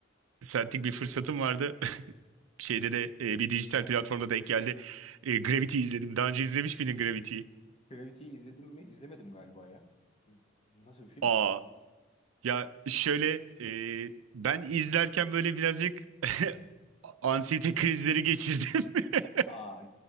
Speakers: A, on the right (about 80°); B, on the left (about 30°).
A: saatlik bir fırsatım vardı. <laughs> Şeyde de e, bir dijital platformda denk geldi. E, Gravity izledim. Daha önce izlemiş miydin Gravity'yi?
B: Gravity'yi izledim mi? İzlemedim galiba ya. Nasıl bir film?
A: Aa ya şöyle e, ben izlerken böyle birazcık <laughs> anksiyete krizleri geçirdim. <laughs>
B: Aa,